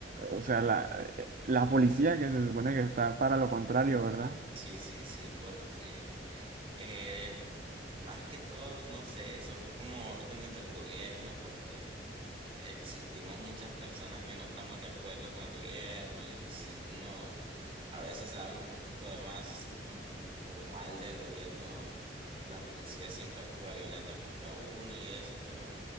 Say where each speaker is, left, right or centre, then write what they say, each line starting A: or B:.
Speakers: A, on the right (about 50°); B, on the right (about 35°).
A: o sea, la, eh, la policía que se supone que está para lo contrario, ¿verdad?
B: sí, sí, sí, porque Eh, más que todo, no sé, son como órdenes del gobierno porque existimos muchas personas que no estamos de acuerdo con el gobierno y si uno a veces habla un poquito de más mm, o mal del gobierno, la policía siempre actúa violenta contra uno y eso, pero